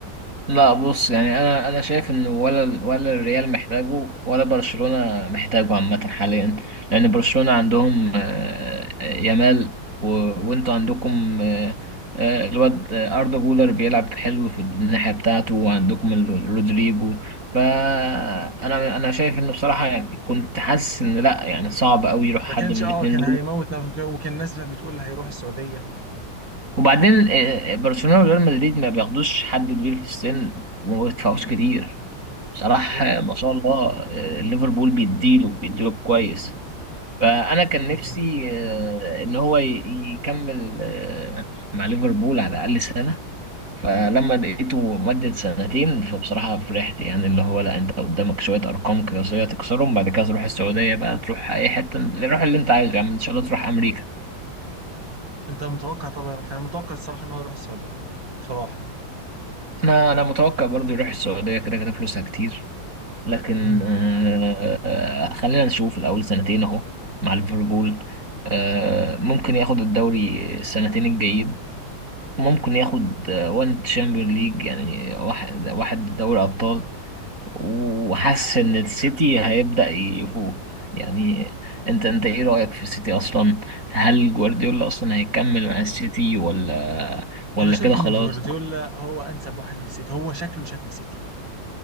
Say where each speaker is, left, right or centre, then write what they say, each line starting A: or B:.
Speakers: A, on the right; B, on the right.
A: لا بص يعني انا انا شايف انه ولا ال- ولا الريال محتاجه ولا برشلونة محتاجه عامة حاليا لان برشلونة عندهم آه، آه، يامال و... وانتوا عندكم آه، آه، الواد آه، اردا جولر بيلعب حلو في الناحية بتاعته وعندكم ال- رودريجو فانا انا شايف انه بصراحة يعني كنت حاسس ان لا يعني صعب قوي يروح حد
B: ما كانش
A: من الاتنين
B: اه كان
A: دول
B: هيموت نفسه كده، وكان الناس بتقول هيروح السعودية
A: وبعدين آه، آه، برشلونة وريال مدريد ما بياخدوش حد كبير في السن وما بيدفعوش كتير بصراحة
B: بالظبط
A: ما شاء الله آه، ليفربول بيديله بيديله كويس فأنا كان
B: بالظبط
A: نفسي آه، إن هو ي- يكمل آه، مع ليفربول على الأقل سنة فلما لقيته مدد سنتين فبصراحة فرحت يعني اللي هو لا أنت قدامك شوية أرقام قياسية تكسرهم بعد كده تروح السعودية بقى تروح أي حتة روح اللي أنت عايزه يا عم إن شاء الله تروح أمريكا
B: انت متوقع طبعا يروح فين؟ انا متوقع الصراحة ان هو يروح السعودية بصراحة يعني.
A: أنا أنا متوقع برضه يروح السعودية كده كده فلوسها كتير لكن
B: مم.
A: آه، آه، خلينا نشوف الأول سنتين أهو مع ليفربول آه، ممكن ياخد الدوري السنتين الجايين وممكن ياخد آه، وان تشامبيون ليج يعني واحد واحد دوري أبطال وحاسس إن السيتي هيبدأ يفوق يعني انت انت ايه رأيك في السيتي اصلا هل جوارديولا اصلا هيكمل مع السيتي ولا ولا
B: انا شايف
A: كده خلاص
B: ان جوارديولا هو انسب واحد للسيتي هو شكله شكل سيتي